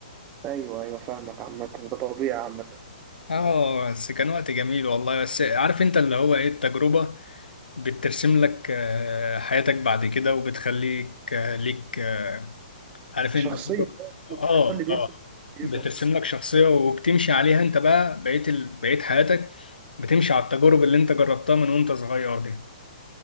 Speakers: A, on the right; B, on the left.
A: ايوه ايوه فاهمك عامة ده طبيعي عامة
B: اه بس كان وقت جميل والله بس عارف انت اللي هو ايه التجربة بترسم لك آه، حياتك بعد كده وبتخليك آه، ليك آه، عارف انت
A: شخصية
B: برضه-
A: بقى
B: اه
A: في الابتدائي هو اللي بيرسم
B: اه
A: شخصيتك.
B: بترسم لك شخصية وبتمشي عليها انت بقى بقيت ال... بقيت حياتك بتمشي على التجارب اللي انت جربتها من وانت صغير دي